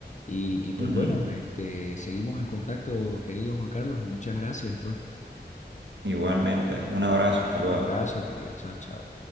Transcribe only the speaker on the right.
Ujú.
Igualmente. Un abrazo. Hasta luego.